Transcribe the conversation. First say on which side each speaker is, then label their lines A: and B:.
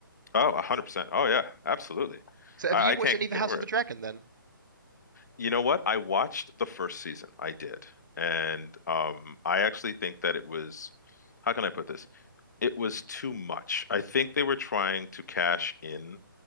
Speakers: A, on the left (about 50°); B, on the right (about 60°).
A: Oh, 100%. Oh yeah, absolutely.
B: So have
A: I,
B: you
A: I
B: watched
A: can't
B: any of the
A: get
B: House
A: over
B: of the
A: it.
B: Dragon then?
A: You know what? I watched the first season. I did. And um, I actually think that it was, how can I put this? It was too much. I think they were trying to cash in